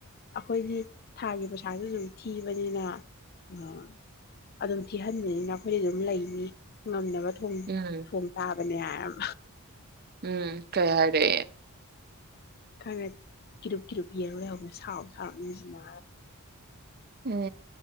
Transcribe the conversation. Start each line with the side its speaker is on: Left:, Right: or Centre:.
Left: ꯑꯩꯈꯣꯏꯗꯤ ꯊꯥꯒꯤ ꯄꯩꯁꯥꯁꯨ ꯑꯗꯨꯝ ꯊꯤꯕꯅꯤꯅ ꯑꯥ ꯑꯗꯨꯝ ꯊꯤꯍꯟꯕꯅꯤꯅ ꯑꯩꯈꯣꯏꯗꯤ ꯑꯗꯨꯝ ꯂꯩꯅꯤ ꯉꯝꯅꯕ ꯊꯨꯡ
Right: ꯎꯝ
Left: ꯊꯣꯡ ꯇꯥꯕ ꯕꯅꯝ
Right: ꯎꯝ ꯀꯩ ꯍꯥꯏꯔꯦ
Left: ꯈꯪꯅꯦ ꯀꯤꯔꯨꯞ ꯀꯤꯔꯨꯞ ꯌꯦꯡ ꯂꯩꯍꯧꯕꯅꯤ ꯁꯥꯎꯕꯨ ꯁꯥꯎꯔꯝꯅꯤ ꯖꯤꯅ
Right: ꯎꯝ